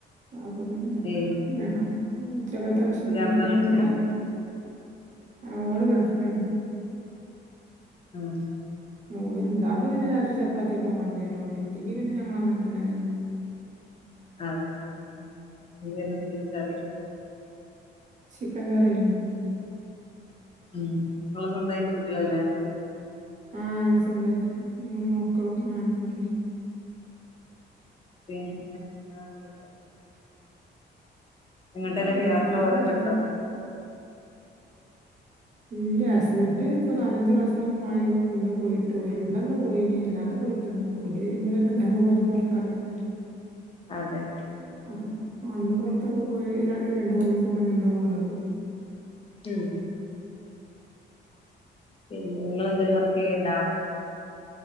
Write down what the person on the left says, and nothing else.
ഏയ്
പുലാവ്
വെച്ചാ
ആഹ്
ആഹ്.
അതെ പിന്നെ ഇന്നെത്തേനിക്കറി.
ഉം ഇങ്ങള് സന്തായിട്ട് വീട്ടിലന്നേ
പിന്നെ ആഹ് വേറെ എന്തൊക്കെയാണ് ഏങ്ങട്ടേലൊക്കെ
യാത്ര പോകലൊക്കെയൊണ്ടോ
അതെ
ഉം പിന്നെ ഇങ്ങളെന്തേലും വർക്കെയ്യ്ണ്ടാ?